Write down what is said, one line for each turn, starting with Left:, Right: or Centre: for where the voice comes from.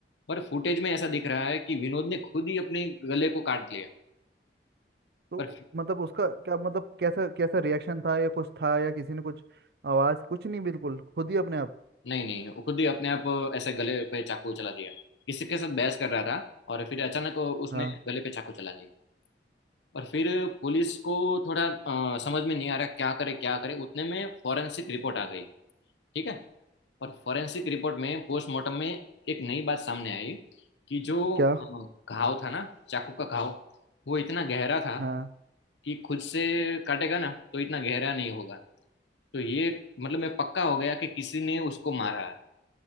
Left: पर फुटेज में ऐसा दिख रहा है कि विनोद ने खुद ही अपने गले को काट लिया
Right: तो
Left: पर
Right: मतलब उसका क्या मतलब कैसा कैसा रिएक्शन था या कुछ था या किसी ने कुछ आवाज कुछ नहीं बिल्कुल खुद ही अपने आप
Left: नहीं नहीं वो खुद ही अपने आप ऐसे गले पे चाकू चला दिया किसी के साथ बहस कर रहा था और फिर अचानक उसने
Right: हाँ
Left: गले पे चाकू चला लिया और फिर पुलिस को थोड़ा अ, समझ में नहीं आ रहा क्या करे क्या करे उतने में फॉरेंसिक रिपोर्ट आ गई ठीक है और फॉरेंसिक रिपोर्ट में पोस्टमार्टम में एक नई बात सामने आई कि जो
Right: क्या
Left: अ, घाव था ना चाकू का घाव वो इतना गहरा था
Right: हाँ
Left: कि खुद से काटेगा ना तो इतना गहरा नहीं होगा तो ये मतलब मैं पक्का हो गया कि किसी ने उसको मारा है